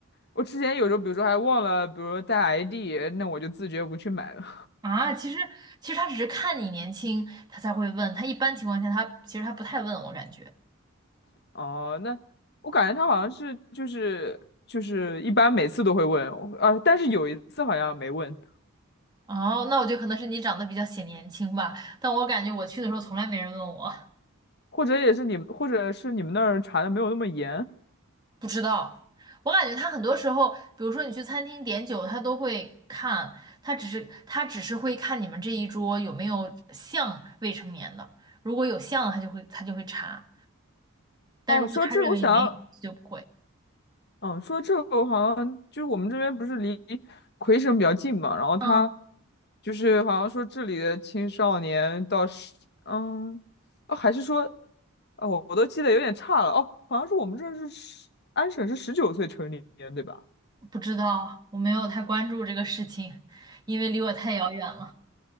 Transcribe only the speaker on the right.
啊，其实其实他只是看你年轻，他才会问，他一般情况下他其实他不太问我感觉。
哦，那我觉得可能是你长得比较显年轻吧，但我感觉我去的时候从来没人问我。
不知道，我感觉他很多时候，比如说你去餐厅点酒，他都会看，他只是他只是会看你们这一桌有没有像未成年的，如果有像的，他就会他就会查，但如果他认为没有，
就不会。
嗯，
不知道，我没有太关注这个事情，因为离我太遥远了。